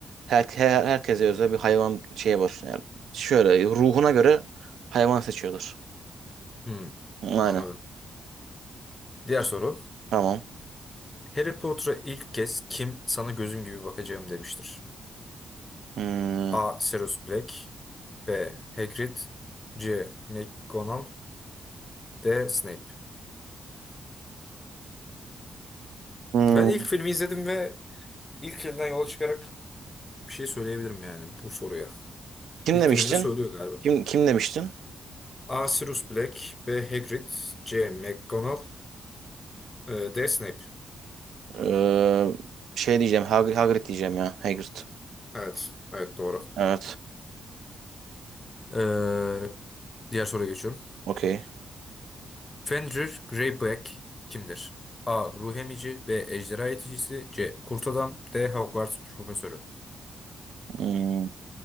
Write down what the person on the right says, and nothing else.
Her, her- herkese özel bir hayvan şey var. Yani şöyle ruhuna göre hayvan seçiyorlar.
Aynen.
Tamam.
Hmm.
Hmm.
Kim
demiştin?
Kim kim demiştin?
Ee, şey diyeceğim. Hag- Hagrid diyeceğim ya. Hagrid.
Evet.
Okey.
Hmm.